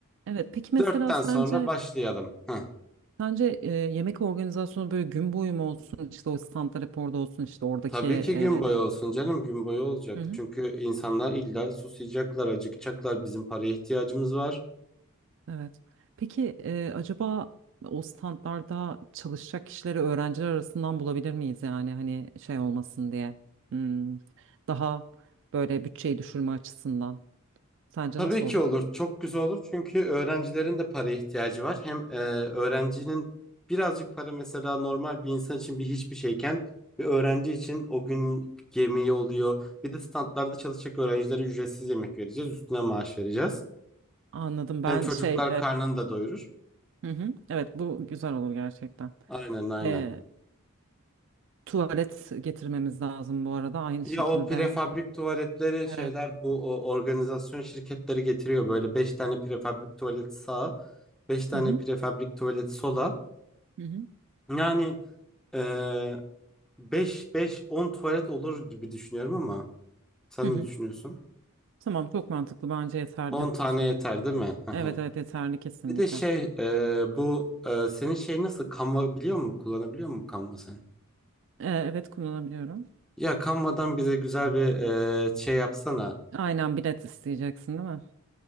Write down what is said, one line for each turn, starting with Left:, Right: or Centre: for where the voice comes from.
Right: Evet peki mesela
Centre: Dörtten
Right: sence
Centre: sonra başlayalım. Heh.
Right: sence e, yemek organizasyonu böyle gün boyu mu olsun işte o standlar hep orada olsun işte oradaki
Centre: Tabii
Right: e,
Centre: ki gün boyu olsun canım gün boyu olacak.
Right: Hı hı.
Centre: Çünkü insanlar illa susayacaklar, acıkacaklar. Bizim paraya ihtiyacımız var.
Right: Evet. Peki e, acaba o standlarda çalışacak kişileri öğrenciler arasından bulabilir miyiz yani hani şey olmasın diye Hmm, daha böyle bütçeyi düşürme açısından sence
Centre: Tabii
Right: nasıl
Centre: ki
Right: olur?
Centre: olur. Çok güzel olur. Çünkü öğrencilerin de paraya ihtiyacı var. Hem e, öğrencinin birazcık para mesela normal bir insan için bir hiçbir şeyken bir öğrenci için o gün yemeği oluyor. Bir de standlarda çalışacak öğrencilere ücretsiz yemek vereceğiz. Üstüne maaş vereceğiz.
Right: Anladım ben
Centre: Hem çocuklar
Right: şey e,
Centre: karnını da doyurur.
Right: hı hı, evet bu güzel olur gerçekten.
Centre: Aynen aynen.
Right: E, tuvalet getirmemiz lazım bu arada aynı
Centre: Ya
Right: şekilde.
Centre: o prefabrik tuvaletleri şeyler
Right: Evet.
Centre: bu o organizasyon şirketleri getiriyor. Böyle 5 tane prefabrik tuvalet sağa, 5 tane
Right: Hı hı,
Centre: prefabrik tuvalet sola.
Right: hı hı,
Centre: Yani ee, 5 5 10 tuvalet olur gibi düşünüyorum ama sen
Right: hı hı.
Centre: ne düşünüyorsun?
Right: Tamam çok mantıklı bence yeterli
Centre: 10 tane
Right: bu sayı.
Centre: yeter değil mi? Hı hı.
Right: Evet evet yeterli kesinlikle.
Centre: Bir de şey e, bu e, senin şey nasıl Canva biliyor musun? Kullanabiliyor musun Canva sen?
Right: E, evet kullanabiliyorum.
Centre: Ya Canva'dan bize güzel bir e, şey yapsana.
Right: Aynen bilet isteyeceksin değil mi?